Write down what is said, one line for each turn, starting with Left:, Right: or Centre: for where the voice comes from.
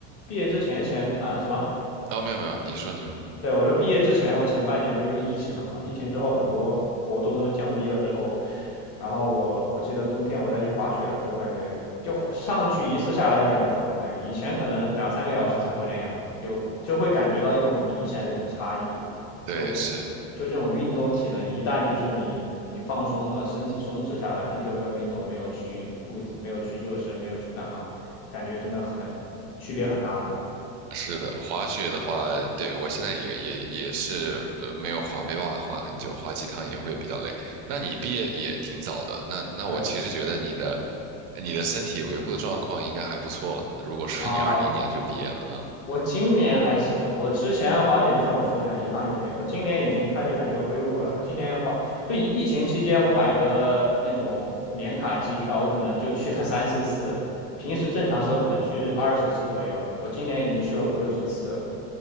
Left: 毕业之前前啊、什么？
Right: 哦，没有没有，你说你说，嗯，
Left: 对，我说毕业之前，我前半年不是又疫情了嘛？疫情之后，很多活动都降低了之后，然后我我记得冬天我再去滑雪的时候，我感觉就上去一次下来就感觉很累，以前可能两三个小时才会那样，就就会感觉到一种很明显的一种差异吧。
Right: 对，
Left: 就活就这种运动体能，
Right: 是。
Left: 一旦就是你你放松了，身体松弛下来，很久没有运动，没有去复，没有去热身，没有去干嘛，感觉真的很区别很大的。
Right: 是的，滑雪的话，对，我现在也也也是呃没有滑，没办法滑很久，滑几趟也会比较累。那你毕业也挺早的，那那我其实觉得你的
Left: 对
Right: 你的身体维护的状况应该还不错了。如果说你二零年就毕业了
Left: 啊，我今年还行，我之前滑雪就像我说的那样，一趟就不行。我今年已经开始感觉恢复过来。我今年滑，就疫疫情期间，我买个那种年卡机票，我可能就去了三四次，平时正常时候可能去二十次左右。我今年已经去了五六十次了。